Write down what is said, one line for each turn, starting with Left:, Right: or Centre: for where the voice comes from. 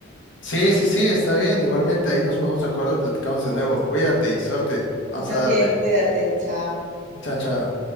Left: Sí, sí, sí, está bien. Igualmente ahí nos ponemos de acuerdo y platicamos de nuevo. Cuídate y suerte. Vamos
Right: Tú también,
Left: a darle.
Right: cuídate, chao.
Left: Chao, chao.